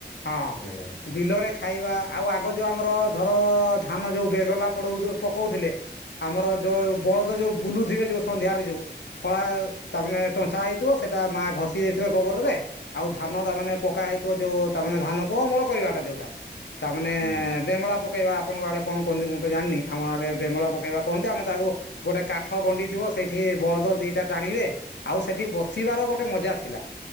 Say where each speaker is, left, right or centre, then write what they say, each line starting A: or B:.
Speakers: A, on the left; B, on the left.
A: ହଁ
B: ସେଇଆ ତ
A: ବିଲରେ ଖାଇବା ଆଉ ଆଗ ଯେଉଁ ଆମର ଧର ଧାନ ଯେଉଁ ବେଗଲା ପଡ଼ ପକାଉଥିଲେ ଆମର ଯୋଉ ବଳଦ ଯୋଉ ବୁଲୁଥିବେ ଯୋଉ ସନ୍ଧ୍ୟାରେ ଯୋଉ ଖଳା ତା ମାନେ ଚଛା ହେଇଥିବ ସେଇଟା ମା ଘଷି ଦେଇଥିବେ ଗୋବର ଆଉ ଧାନ ତା ମାନେ ପକା ହେଇଥିବ ଯୋଉ ତାେ ଧାନ କୁ ଅମଳ କରିବାଟା ଯୋଉଟା ତାମାନେ
B: ହୁଁ
A: ବେଙ୍ଗଳା ପକେଇବା ଆପଣଙ୍କ ଆଡେ କଣ କହନ୍ତି ମୁଁ ତ ଜାଣିନି ଆମ ଆଡେ ବେଙ୍ଗଳା ପକେଇବା କହନ୍ତି ଆମେ ତାକୁ ଗୋଟେ କାଠ ଗଣ୍ଡି ଥିବ ସେଇଠି ବଳଦ ଦିଟା ଟାଣିବେ। ଆଉ ସେଠି ବସିବାର ଗୋଟେ ମଜା ଥିଲା।